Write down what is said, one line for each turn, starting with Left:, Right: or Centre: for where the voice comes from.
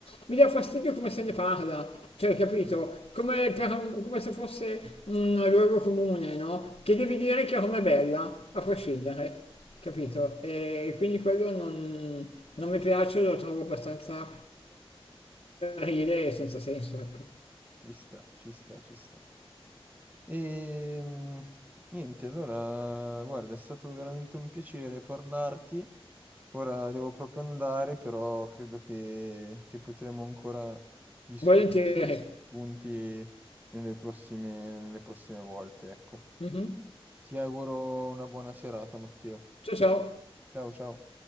Left: mi dà fastidio come se ne parla, cioè, capito? Come, per- come se fosse un luogo comune, no? Che devi dire che Roma è bella, a prescindere, capito? E quindi quello non, non mi piace, lo trovo abbastanza puerile e senza senso, ecco.
Right: Ci sta, ci sta, ci sta. E mm, niente, allora, guarda, è stato veramente un piacere parlarti. Ora devo proprio andare, però credo che, che potremo ancora discutere
Left: Volentieri.
Right: punti nelle prossime, nelle prossime volte, ecco.
Left: Mhm.
Right: Ti auguro una buona serata, Matteo.
Left: Ciao ciao.
Right: Ciao, ciao.